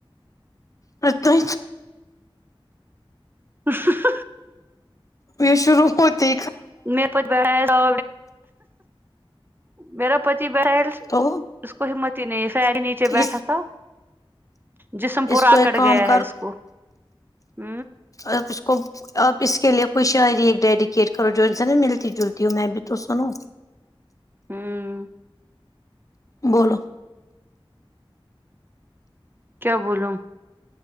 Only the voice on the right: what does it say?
ہ
میر پ بیھا تو میریرا پتی بیھےل
اس کو ہمت ہی نہیں فیری نیچے بیٹھا
تھا جسم پور
آکڑ
گیا ہے اس کو ہ
ہاں
کیا بولوم